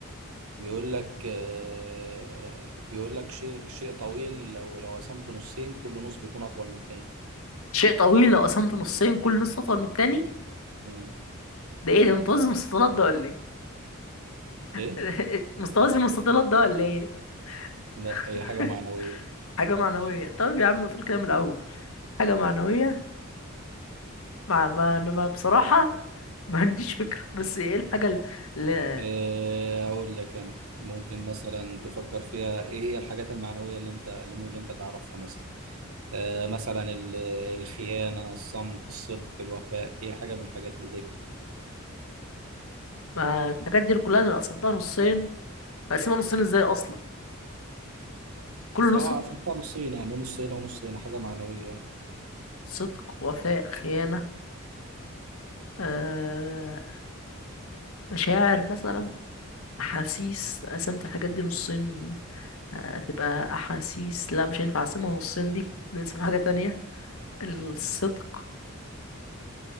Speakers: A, on the right; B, on the left.
A: بيقول لك آه، بيقول لك شيء شيء طويل لو لو قسمته نصين كل نص بيكون اطول من التاني
B: شيء طويل لو قسمته نصين كل نص أطول من التاني
A: مم.
B: ده إيه ده متوازي المستطيلات ده ولا إيه
A: ايه
B: <laughs> متوازي المستطيلات ده ولا إيه
A: لا هي
B: <laughs>
A: حاجة معنوية
B: حاجة معنوية طيب يا عم ما تقول كده من الأول حاجة معنوية مع ما أنا ما- بصراحة <laughs> ما عنديش فكرة بس إيه الحاجة اللي
A: إيه أقول لك أنا ممكن مثلا تفكر فيها إيه هي الحاجات المعنوية اللي أنت اللي ممكن أنت تعرفها مثلا آه مثلا ال- الخيانة الصمت الصدق الوفاء هي حاجة من الحاجات اللي زي كده
B: ما الحاجات دي كلها أنا قسمتها نصين بقسمها نصين إزاي أصلا كل
A: سواء
B: نص
A: عشان كده نصين يعني نص هنا ونص هنا حاجة معنوية يعني.
B: صدق وفاء خيانة أه... مشاعر مثلا احاسيس قسمت الحاجات دي نصين هتبقى احاسيس لا مش هينفع اقسمها نصين دي نقسم حاجة تانية الصدق